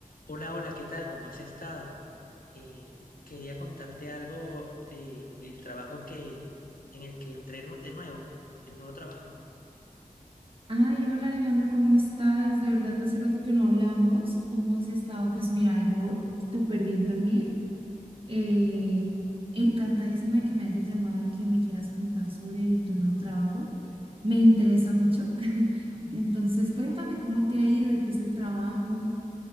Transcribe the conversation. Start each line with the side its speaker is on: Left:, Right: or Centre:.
Left: Hola, hola, ¿qué tal? ¿Cómo has estado? Eh, quería contarte algo del trabajo que, en el que entré nu- de nuevo, el nuevo trabajo.
Right: Ay, hola Alejandro, ¿cómo estás? De verdad, hace rato que no hablamos. ¿Cómo has estado? Pues mira, yo súper bien también. Eh, encantadísima de que me hayas llamado y que me quieras contar sobre tu nuevo trabajo. Me interesa mucho. <laughs> Entonces, cuéntame cómo te ha ido y qué es el trabajo.